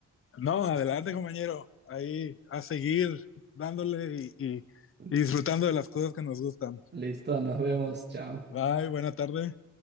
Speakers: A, on the left; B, on the right.
A: No, adelante compañero, ahí a seguir dándole y, y-
B: <laughs>
A: y disfrutando de las cosas que nos gustan.
B: Listo, nos vemos, chao.
A: Bye, buena tarde.